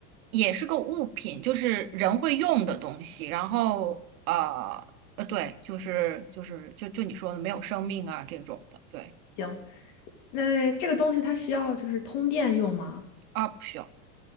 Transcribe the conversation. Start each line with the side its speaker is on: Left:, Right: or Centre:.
Right: 也是个物品，就是人会用的东西。然后呃呃，对，就是就是就就你说的没有生命啊这种的，对
Left: 行，那这个东西它需要就是通电用吗？
Right: 啊，不需要